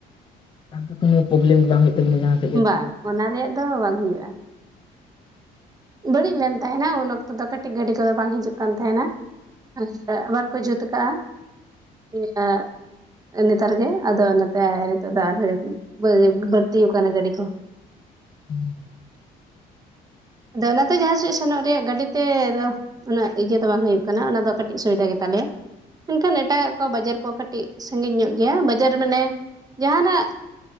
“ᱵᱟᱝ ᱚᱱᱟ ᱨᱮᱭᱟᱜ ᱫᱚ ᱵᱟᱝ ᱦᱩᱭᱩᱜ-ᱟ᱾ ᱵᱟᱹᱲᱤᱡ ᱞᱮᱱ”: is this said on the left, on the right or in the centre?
Right